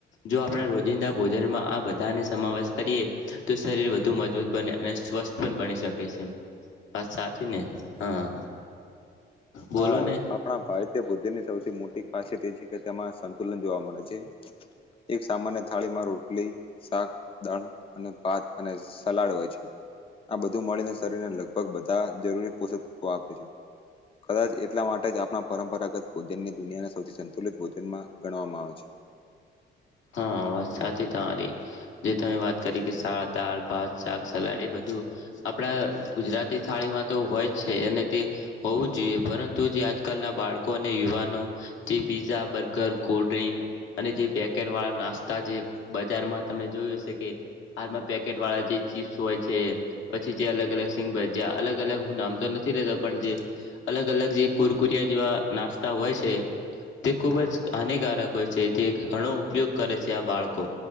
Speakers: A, on the left; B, on the left.
A: જો આપણા રોજિંદા ભોજનમાં આબ ધા સમાવેશ કરીએ તો શરીર વધુ મજબૂત બને અને સ્વસ્થ પણ બની શકે છે. વાત સાચી ને હા બોલો
B: હા
A: ને
B: આપણા ભારતીય ભુજન ની સૌથી મોટી ખાસિયત એ છે કે તેમાં સંતુલન જોવા મળે છે. એક સામાન્ય થાળીમાં રોટલી શાક દાળ અને ભાત અને સલાડ હોય છે. આ બધું મળીને શરીરને લગભગ બધા જરૂરી પોષક તત્વો આપે છે. કદાચ એટલા માટે જ આપણા પરંપરાગત ભોજનની દુનિયાને સૌથી સંતુલિત ભોજનમાં ગણવામાં આવે છે. <inaudible>
A: હા સાચી તમારી જે તમે વાત કરી કે સાળ, દાળ-ભાત, શાક, સલાડ એ બધ જો આપણા ગુજરાત તે થાળીમાં તો હોય જ છે અને તે હોવું જ જોઈએ પરંતુ જે આજકાલના બાળકો અને યુવાનો જે પીઝા, બર્ગર, કોલ્ડ્રિંક અને જે પે કેટ વાળા નાસ્તા જે બજારમાં તમે જોયુ હશે કે હાલમાં પેકેટ વાળા જે ચીપ્સ હોય છે પછી જે અલગ અલગ સિંગ ભજ જ્યાં અલગ અલગ હું નામ તો નથી લેતો પણ જે અલગ અલગ જે કુરકુરિયા જેવા નાસ્તા હોય છે તે ખુબ જ હાનિકારક છે જે ઘણો ઉપયોગ કરે છે આ બાળકો